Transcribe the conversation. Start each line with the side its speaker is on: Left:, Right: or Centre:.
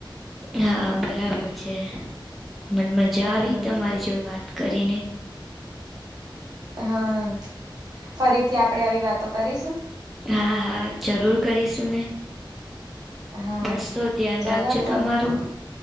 Centre: હા, બરાબર છે. મન મજા
Right: હા
Centre: આવી તમારી જોડે વાત કરીને
Right: હા, ફરીથી આપણે આવી વાતો કરીશું.
Centre: હા હા, જરૂર કરીશું ને.
Right: હા
Centre: બસ, તો ધ્યાન
Right: ચાલો
Centre: રાખજો
Right: તો
Centre: તમારું.